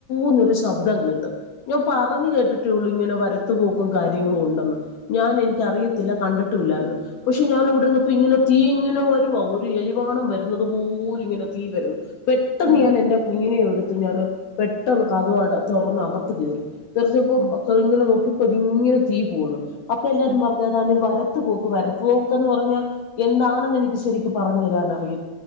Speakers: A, on the left; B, on the right.
A: ന്ന് ഒരു ശബ്ദം കേട്ട് ഞാൻ പറഞ് കേട്ടിട്ടേള്ളൂ ഇങ്ങനെ വരത്തുപോക്കും കാര്യങ്ങളും ഉണ്ടെന്ന് ഞാൻ എനിക്ക് അറിയത്തില്ല കണ്ടി ട്ടുംലായിരുന്നു പക്ഷെ ഞാൻ ഇവിടന്ന്പ്പോ ഇങ്ങനെ തീ ഇങ്ങനെ വരുവാ ഒരു എലിവാണം വരുന്നുന്നത് പോലും ഇങ്ങനെ തീ വരുന്നു പെട്ടെന്ന്
B: ഉം
A: ഞാൻ എൻന്റെ കുഞ്ഞിനെ എടുത്ത് ഞൻ പെട്ടെന്ന് കതക് അ തുറന്ന് അകത്ത് കേറി തീറച്ചപ്പോംങ്ങനെ
B: ഉം
A: ഇപ്പ അതിങ്ങനെ തീ പോകുന്നു അപ്പൊ എല്ലാരും
B: ഉം
A: പറഞ്ഞതാണ് ഈ വരത്തു പോകും വരുത്ത് പോക്കന്ന് പറഞ്ഞാൽ എന്താണെന്ന് എനിക്ക് ശരിക്കും പറഞ്ഞു തരാൻ അറിയ